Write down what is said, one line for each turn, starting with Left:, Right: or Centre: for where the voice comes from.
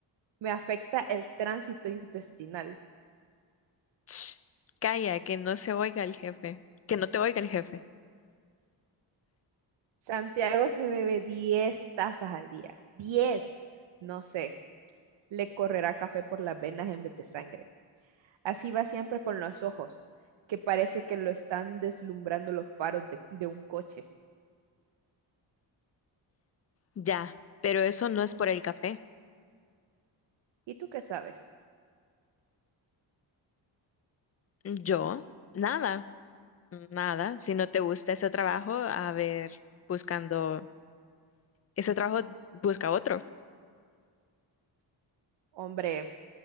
Right: Me afecta el tránsito intestinal.
Left: Ch, calla, que no se oiga el jefe. Que no te oiga el jefe.
Right: Santiago se bebe 10 tazas al día. 10, No sé, le correrá café por las venas en vez de sangre. Así va siempre con los ojos, que parece que lo están deslumbrando los faros de, de un coche.
Left: Ya, pero eso no es por el café.
Right: ¿Y tú qué sabes?
Left: Yo, nada. Nada, si no te gusta ese trabajo, a ver, buscando ese trabajo, busca otro.
Right: Hombre,